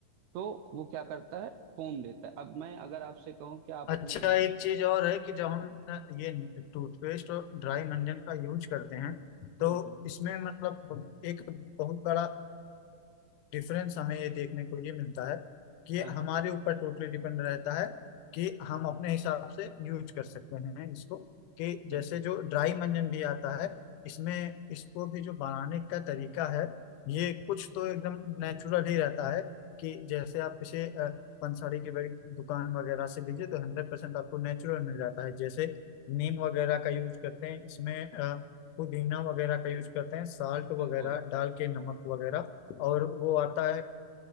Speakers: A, on the right; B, on the left.
A: तो वो क्या करता है फोम देता है अब मैं अगर आपसे कहूँ कि आप अपने
B: अच्छा
A: घर
B: एक
A: के
B: चीज और है कि जब हम अ, ये टूथपेस्ट और ड्राई मंजन का यूज करते हैं तो
A: बिल्कुल
B: इसमें मतलब एक बहुत बड़ा डिफरेंस हमें ये देखने को ये मिलता है कि
A: हाँ
B: हमारे
A: हाँ
B: ऊपर टोटली डिपेंड रहता है कि हम अपने हिसाब से यूज कर सकते हैं इसको कि
A: बिल्कुल
B: जैसे जो ड्राई मंजन भी आता है इसमें इसको भी जो बनाने का तरीका है ये कुछ तो एकदम नेचुरल ही रहता है कि जैसे आप किसी अ, पंसारी की वग- दुकान वगैरह से लीजिए तो हंड्रेड परसेंट आपको नेचुरल मिल जाता है जैसे नीम वगैरह का यूज करते हैं इसमें अ, पुदीना वगैरह का यूज करते हैं साल्ट
A: बिल्कुल
B: वगैरह डाल के नमक वगैरह और वो आता है